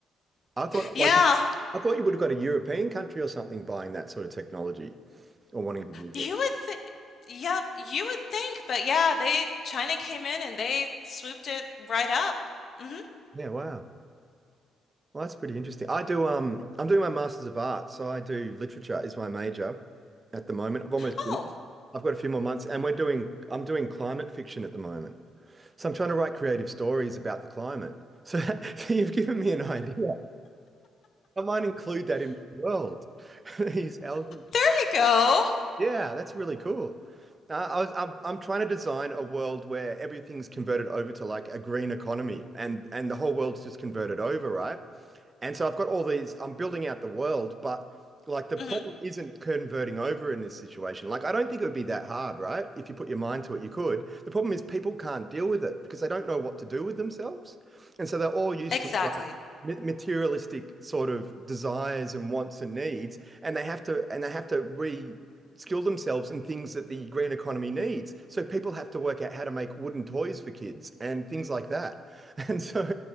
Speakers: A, on the right; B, on the left.
A: I thought
B: Yeah.
A: like I thought you would have got a European country or something buying that sort of technology or wanting to use
B: You
A: it.
B: would think, yep, you would think, but yeah, they China came in and they swooped it right up. hmm
A: Yeah, wow. Well, that's pretty interesting. I do um I'm doing my Masters of Art, so I do literature is my major at the moment. I've almost
B: Oh,
A: finished. I've got a few more months and we're doing I'm doing climate fiction at the moment. So I'm trying to write creative stories about the climate. So, <laughs> so you've given me an idea. I might include that in my world. <laughs> These elements.
B: there you go.
A: Yeah, that's really cool. Uh, I was I'm, I'm trying to design a world where everything's converted over to like a green economy and and the whole world's just converted over, right? And so I've got all these, I'm building out the world, but like the
B: hmm
A: problem isn't converting over in this situation. Like, I don't think it would be that hard, right? If you put your mind to it, you could. The problem is people can't deal with it because they don't know what to do with themselves. And so they're all used
B: Exactly.
A: to like materialistic sort of desires and wants and needs, and they have to and they have to re skill themselves in things that the green economy needs. So people have to work out how to make wooden toys for kids and things like that. <laughs> And so